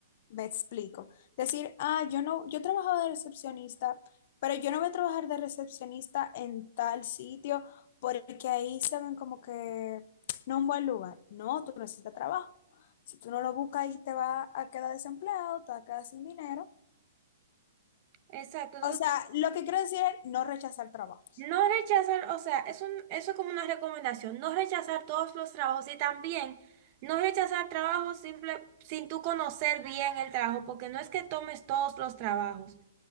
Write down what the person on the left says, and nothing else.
me explico. Decir, ah, yo no, yo trabajaba de recepcionista, pero yo no voy a trabajar de recepcionista en tal sitio porque ahí se ven como que no un buen lugar. No, tú necesitas trabajo. Si tú no lo buscas ahí te vas a quedar desempleado, te vas a quedar sin dinero.
O sea,
lo que quiero decir es no rechazar trabajos.